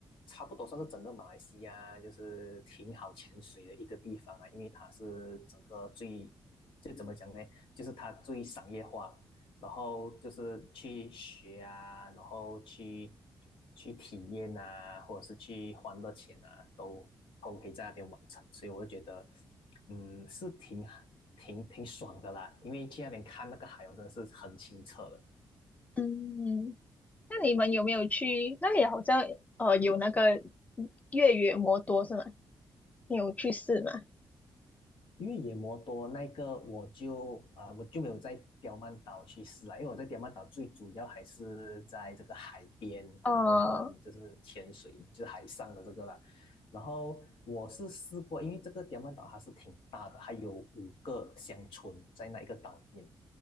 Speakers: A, on the left; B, on the left.
A: 差不多算是整个马来西亚就是挺好潜水的一个地方啊，因为它是整个最就怎么讲呢，就是它最商业化，然后就是去学啊，然后去去体验啊，或者是去欢乐钱啊，都都可以在那边完成，所以我就觉得，嗯，是挺挺挺爽的啦，因为去那边看那个海，我真的是很清澈的。
B: 嗯，那你们有没有去？那里好像呃有那个越野摩托是吗？你有去试吗？
A: 因为野摩多那个我就啊、呃我就没有在刁曼岛去试了，因为我在刁曼岛最主要还是在这个海边，
B: 呃，
A: 然后跟就是潜水，就是海上的这个啦。然后我是试过，因为这个刁曼岛它是挺大的，它有五个乡村在那一个岛里面。